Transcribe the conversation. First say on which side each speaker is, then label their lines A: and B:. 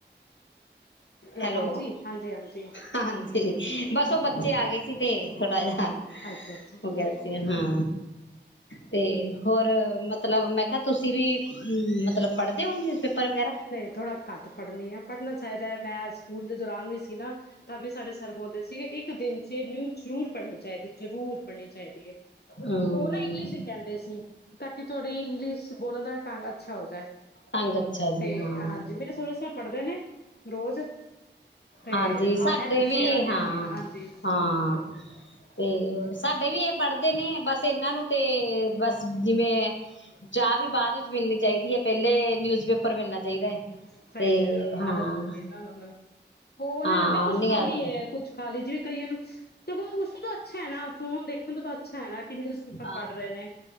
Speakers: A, on the left (about 80°); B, on the left (about 60°).
A: ਹੈਲੋ,
B: ਹਾਂਜੀ-ਹਾਂਜੀ-ਹਾਂਜੀ
A: ਹਾਂਜੀ। ਬਸ ਉਹ ਬੱਚੇ ਆ ਗਏ ਸੀ ਤੇ ਥੋੜਾ ਜਿਹਾ ਹਾਂ,
B: ਅੱਛਾ-ਅੱਛਾ
A: ਹੋ ਗਿਆ
B: ਕੋਈ ਗੱਲ
A: ਸੀ
B: ਨੀ।
A: ਹਾਂ। ਤੇ ਹੋਰ ਮਤਲਬ ਮੈਂ ਕਿਹਾ ਤੁਸੀਂ ਵੀ ਮਤਲਬ ਪੜ੍ਹਦੇ ਹੋ ਨਿਊਜ਼ ਪੇਪਰ ਵਗੈਰਾ
B: ਨਹੀਂ ਥੋੜਾ ਘੱਟ ਪੜ੍ਹਨੀ ਆ। ਪੜ੍ਹਨਾ ਚਾਹੀਦਾ ਹੈ ਮੈਂ ਸਕੂਲ ਦੇ ਦੌਰਾਨ ਵੀ ਸੀ ਨਾ ਤਾਂ ਵੀ ਸਾਡੇ ਸਰ ਬੋਲਦੇ ਸੀਗੇ ਇੱਕ ਦਿਨ ਚ ਨਿਊਜ ਜ਼ਰੂਰ ਪੜ੍ਹਨੀ ਚਾਹੀਦੀ ਹੈ ਜ਼ਰੂਰ ਪੜ੍ਹਨੀ ਚਾਹੀਦੀ ਹੈ।
A: ਹਮ
B: ਉਹ ਨਾ ਇੰਗਲਿਸ਼ ਦੀ ਕਹਿੰਦੇ ਸੀ। ਤਾਂ ਕਿ ਤੁਹਾਡੀ ਇੰਗਲਸ਼ ਬੋਲਣ ਦਾ ਟੰਗ ਅੱਛਾ ਹੋ ਜਾਏ।
A: ਤੰਗ ਅੱਛਾ ਜੀ
B: ਤੇ
A: ਹਾਂ
B: ਹਾਂਜੀ ਮੇਰੇ ਸਹੁਰਾ ਸਾਹਿਬ ਪੜ੍ਹਦੇ ਨੇ ਰੋਜ਼ ਤੇ
A: ਹਾਂਜੀ ਸਾਡੇ
B: ਆ ਹੈਬਿਟ
A: ਵੀ
B: ਸੇ ਆ
A: ਹਾਂ,
B: ਗਿਆ ਹਾਂਜੀ।
A: ਹਾਂ। ਤੇ ਹੋਰ ਸਾਡੇ ਵੀ ਇਹ ਪੜ੍ਹਦੇ ਨੇ ਬਸ ਇਹਨਾਂ ਨੂੰ ਤੇ ਬਸ ਜਿਵੇਂ ਚਾਹ ਵੀ ਬਾਅਦ ਵਿੱਚ ਮਿਲਣੀ ਚਾਹੀਦੀ ਹੈ ਪਹਿਲੇ ਨਿਊਜ਼ ਪੇਪਰ ਮਿਲਣਾ ਚਾਹੀਦਾ ਹੈ।
B: ਸਹੀ
A: ਤੇ
B: ਹੈ
A: ਹਾਂ
B: ਆਦਤ ਹੁੰਦੀ ਹੈ ਨਾ ਮਤਲਬ ਉਹ
A: ਹਾਂ
B: ਨਾ ਲੱਗਦਾ ਕੁੱਛ
A: ਉਹਨੀ
B: ਖਾਲੀ,
A: ਆਦਤ
B: ਕੁੱਛ ਖਾਲੀ ਜਿਵੇਂ ਕਈਆਂ ਨੂੰ ਸਗੋ ਉਸਤੋ ਤਾਂ ਅੱਛਾ ਹੈ ਨਾ, ਫੋਨ ਦੇਖਣ ਤੋਂ ਤਾਂ ਅੱਛਾ ਹੈ ਨਾ ਕਿ ਨਿਊਜ਼ ਪੇਪਰ
A: ਹੈ
B: ਪੜ੍ਹ ਰਹੇ ਨੇ,